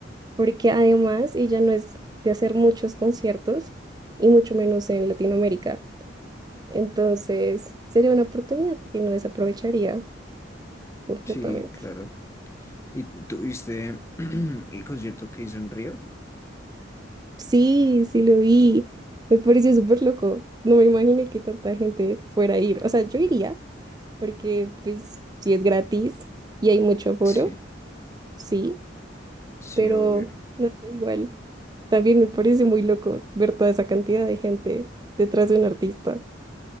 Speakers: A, on the right (about 20°); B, on the left (about 15°).
A: porque además ella no es de hacer muchos conciertos y mucho menos en Latinoamérica. Entonces, sería una oportunidad que no desaprovecharía. completamente.
B: sí, claro. ¿Y tuviste <clears throat> el concierto que hizo en Río?
A: Sí, sí lo vi. Me pareció súper loco. No me imaginé que tanta gente fuera a ir. O sea, yo iría, porque pues si es gratis y hay mucho aforo,
B: Sí,
A: sí,
B: sí,
A: pero
B: obvio.
A: no sé, igual. También me parece muy loco ver toda esa cantidad de gente detrás de un artista.